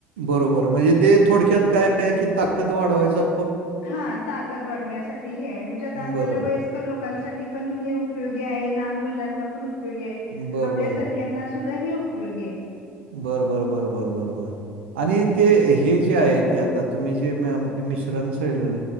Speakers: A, on the right; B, on the left.
A: बरोबर म्हणजे ते थोडक्यांत कायं आहे की ताकंद वाढवायचं
B: हां ताकंद वाढण्यांसाठी हे आहे म्हणजे आंता आपल्यांला
A: बरोबर.
B: वयं लोकांसाठी पणं हे उपयोगी आहे. लहांन मुलांना पणं उपयोगी आहे.
A: बरं,
B: आपल्यां
A: बरं.
B: क्यां त्यांनां सुद्धां हे उपयोगी आहे.
A: बरं बरं बरं बरं बरं बरं आणि ते हे जे आहे ते आंता तुम्हीं जे ते मिश्रण सांगितलं